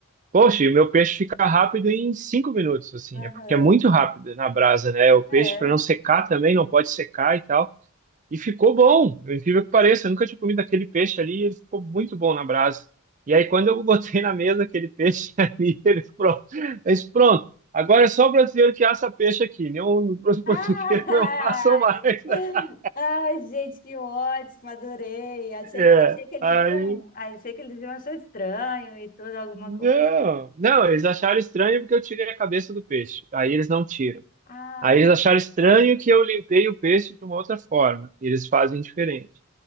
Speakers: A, on the right; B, on the left.
A: Poxa, e o meu peixe fica rápido em cinco minutos, assim.
B: Aham,
A: É porque é muito rápido na brasa, né? O peixe,
B: é.
A: para não secar também, não pode secar e tal. E ficou bom, eu incrível que pareça, eu nunca tinha comido aquele peixe ali, e ele ficou muito bom na brasa. E aí, quando eu <laughs> botei na mesa aquele peixe <laughs> ali, ele pronto, Eu disse, pronto, agora é só o brasileiro que assa peixe aqui, né? Os <laughs> portugueses
B: Ah,
A: não assam mais.
B: <laughs>
A: <laughs>
B: ai, gente, que ótimo, adorei. Achei
A: É,
B: que, achei que eles
A: aí,
B: iam, achei que eles iam achar estranho e tudo, alguma
A: não,
B: coisa.
A: não, eles acharam estranho porque eu tirei a cabeça do peixe, aí eles não tiram.
B: Ah,
A: Aí eles acharam estranho que eu limpei o peixe de uma outra forma, eles fazem diferente.